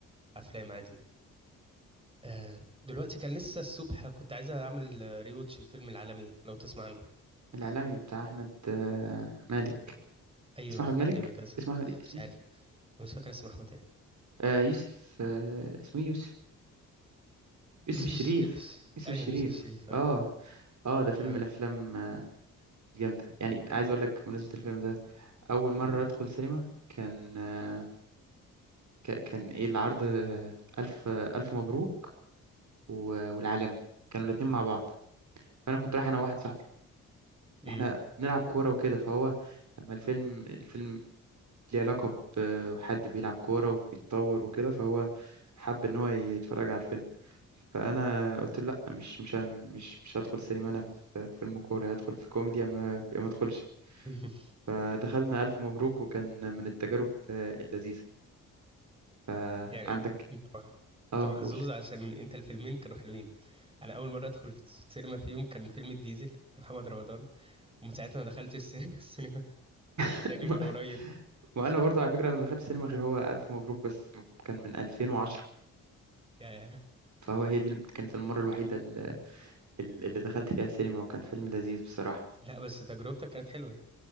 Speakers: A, on the right; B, on the right.
A: افلام عادي آه دلوقتي كان لسه الصبح كنت عايز اعمل آه، ريوتش الفيلم العالمي لو تسمع عنه
B: الاعلامي بتاع احمد آه مالك
A: ايوه
B: اسمه احمد مالك
A: تقريبا كذا
B: اسمه احمد ايه اسمه
A: مش عارف
B: ايه
A: مش فاكر اسمه احمد ايه
B: آه يوسف آه اسمه ايه يوسف يوسف
A: يوسف
B: الشريف
A: الش...
B: يوسف
A: ايوه
B: الشريف
A: يوسف الشريف اه,
B: اه اه ده فيلم
A: آه.
B: من الافلام آه، الجامدة يعني عايز اقول لك بمناسبة الفيلم ده اول مرة
A: مم.
B: ادخل سينما كان آه ك- كان ايه العرض آه، الف آه، الف مبروك و- والعالمي كانوا الاتنين مع بعض فانا كنت رايح انا وواحد صاحبي
A: مم.
B: احنا بنلعب كوره وكده فهو لما الفيلم الفيلم ليه علاقه بحد بيلعب كوره وبيتطور وكده فهو حب ان هو يتفرج على الفيلم فانا قلت له لا مش مش ه- مش مش هدخل سينما انا في فيلم كوره يا ادخل في كوميدي يا ما يا ما ادخلش
A: <laughs>
B: فدخلنا الف مبروك وكان من التجارب اللذيذه فعندك
A: يعني ان- انت مح-
B: اه
A: انت محظوظ
B: قول
A: عشان انت الفيلمين كانوا حلوين انا اول مره ادخل في السينما فيهم كان فيلم الديزل لمحمد رمضان ومن ساعتها ما دخلتش الس- <laughs> السينما
B: <laughs>
A: تاني غير
B: ما
A: قريب
B: وانا
A: <laughs>
B: برضه على فكره انا ما دخلتش سينما غير هو الف مبروك بس كان من 2010
A: يا
B: فهو هي دي كانت المره الوحيده ال- ال- اللي دخلت فيها السينما وكان فيلم لذيذ بصراحه
A: لا بس تجربتك كانت حلوة